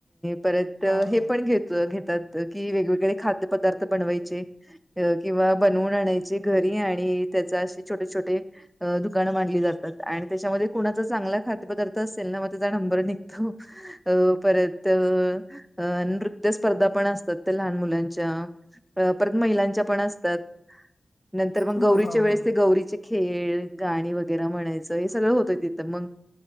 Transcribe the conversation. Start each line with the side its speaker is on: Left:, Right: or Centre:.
Centre: परत त
Left: हा हा
Centre: हे पण घेतलं घेतात की वेगवेगळे खाद्य पदार्थ बनवायचे अ किंवा बनवून आणायची घरी आणि त्याचा असे छोटे छोटे अ दुकानं मांडली जातात आणि त्याच्यामध्ये कुणाच चांगला खात पदार्थ असेल ना मग त्याचा नंबर निघतो अ परत त अ नृत्य स्पर्धा पण असतात त्या लहान मुलांच्या अ पर त महिलांच्या पण असतात, नंतर मग
Left: हा
Centre: गौरीच्या
Left: हा हा
Centre: वेळेस ते गौरीचे खेळ गाणी वग गैरे म्हणायचं हे सगळं होतं तिथं मग